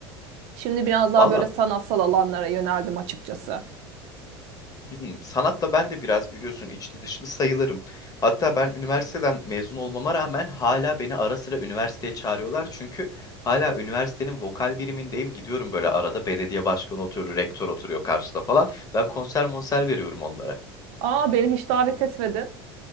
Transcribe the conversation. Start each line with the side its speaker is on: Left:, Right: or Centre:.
Right: Şimdi biraz daha
Left: Valla
Right: böyle sanatsal alanlara yöneldim açıkçası.
Left: Hmm, Sanatla ben de biraz biliyorsun içli dışlı sayılırım. Hatta ben üniversiteden mezun olmama rağmen hala beni ara sıra üniversiteye çağırıyorlar. Çünkü hala üniversitenin vokal birimindeyim. Gidiyorum böyle arada belediye başkanı oturuyor, rektör oturuyor karşıda falan. Ben konser monser veriyorum onlara.
Right: Aa beni hiç davet etmedin.